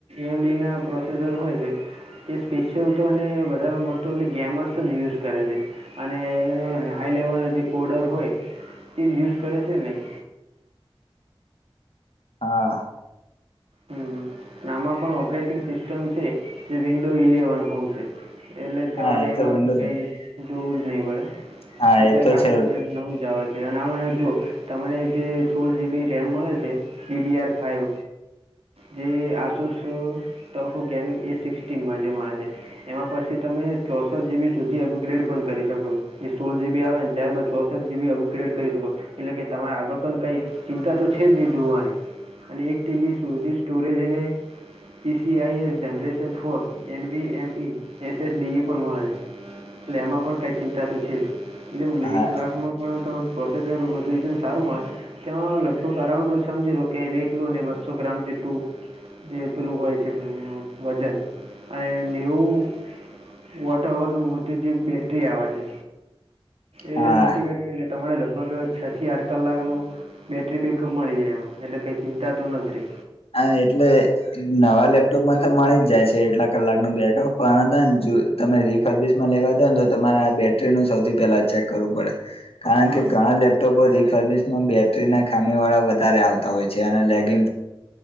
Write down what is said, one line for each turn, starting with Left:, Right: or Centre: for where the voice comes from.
Right: એમડી ના પ્રોસેસર હોય છે. તે સ્પેશિયલ તો બધા મોસ્ટ ઓફલી ગેમર્સ જ યુઝ કરે છે. અનેનો હાઈ લેવલના જે કોડર હોય તે યુઝ કરે છે નહીં.
Left: હા.
Right: હમ આમાં પણ ઓપરેટિંગ સિસ્ટમ છે જે વિન્ડો ઇલેવન હોમ છે. એટલે તમારે
Left: હા એ
Right: એમાં
Left: તો વિન્ડો
Right: પણ કઈ જોવું જ નહી પડે.
Left: હા
Right: અત્યારે
Left: એ તો
Right: કામ
Left: છે
Right: નવું જવા છે. અનેનામ જો તમને જે સો જીબી રેમ મળે છે ડીડી આર ફાઇવ. જે આસુસ ટફો ગેમિંગ એ સિક્સટીનમાં જે મારે છે એમાં પછી તમે ચોસઠ જીબી સુધી અપગ્રેડ પણ કરી શકો છો જે સોળ જીબી આવે ને. ત્યારબાદ ચોસઠ જીબી અપગ્રેડ કરી શકો એટલે કે તમારે આગળ પણ કંઈક. ચિંતા તો છે જ નહીં જોવાની અને એક ટીબી સુધી સ્ટોરેજને. PCIe generation four NVMe SSD એ પણ મળે છે. એટલે એમાં પણ કઈ ચિંતા તો છે જ
Left: હા
Right: એક લાખમાં. પણ ત પ્રોસેસર બધું એકમ સારું મળ. તેમાં લગભગ અરાઉન્ડ સમજી લો કે બે કિલોને બસો ગ્રામ જેટલું. જે પેલું હોય છે વજન અને ન્યું. વોટર ઓવરનું મોટીજી બેટરી આવે છે.
Left: હા
Right: એટલે મોટી એટલે તમારે લગભગ છ થી આઠ કલાક નું બેટરી બેકઅપ મળી જાય એમાં એટલે કઈ ચિંતા તો નથી રહી
Left: હા એટલે નવા લેપટોપમાં તો મળી જ જાય છે એટલા કલાક ન બેકઅપ પણ હતા ને જો તમે રિફર્િ લેવા દો ને તો તમારે આ બેટરી ન સૌથી પેલા ચેક કરવું પડે કારણ
Right: હમ
Left: કે ઘણા લેપટોપો રિફર્ બેટરી ના ખામી વાળા વધારે આવતા હોય છે અને લેગિ